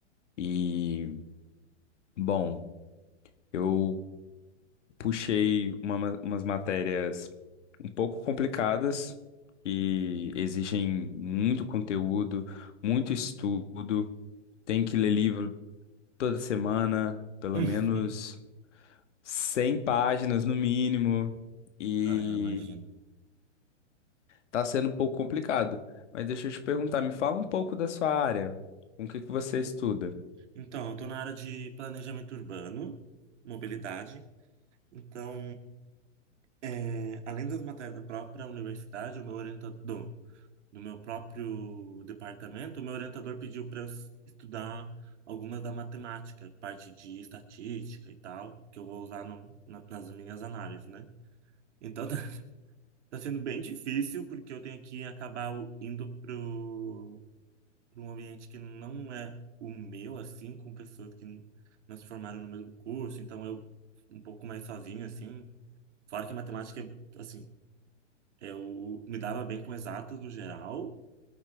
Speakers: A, on the left; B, on the right.
A: E, bom, eu puxei uma ma- umas matérias um pouco complicadas que exigem muito conteúdo, muito estudo. Tem que ler livro toda semana, pelo
B: <laughs>
A: menos 100 páginas no mínimo, e
B: Ah, eu imagino.
A: tá sendo um pouco complicado. Mas deixa eu te perguntar, me fala um pouco da sua área. Com o que que você estuda?
B: Então, eu tô na área de planejamento urbano, mobilidade. Então, É, além das matérias da própria universidade, o meu orientador, do meu próprio departamento, o meu orientador pediu para eu s- estudar algumas da matemática, parte de estatística e tal, que eu vou usar no- na- nas minhas análises, né? Então <laughs> tá, tá sendo bem difícil, porque eu tenho que acabar o- indo pro, pro um ambiente que não é o meu, assim, com pessoas que n- não se formaram no mesmo curso, então eu um pouco mais sozinho, assim. Fora que matemática, assim eu me dava bem com exatas no geral,